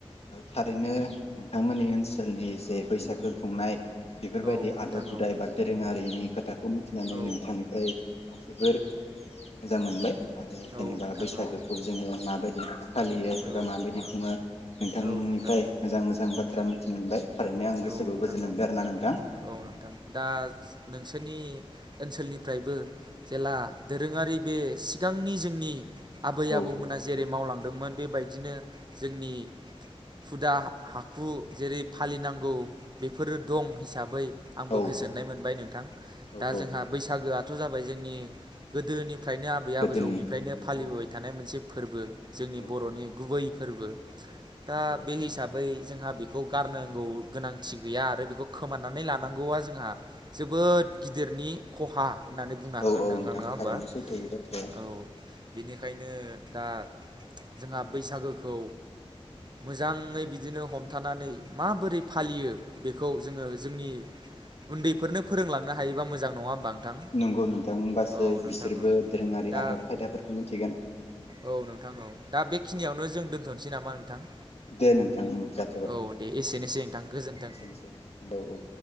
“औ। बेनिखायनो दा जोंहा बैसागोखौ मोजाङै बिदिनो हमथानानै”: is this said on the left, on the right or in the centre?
Right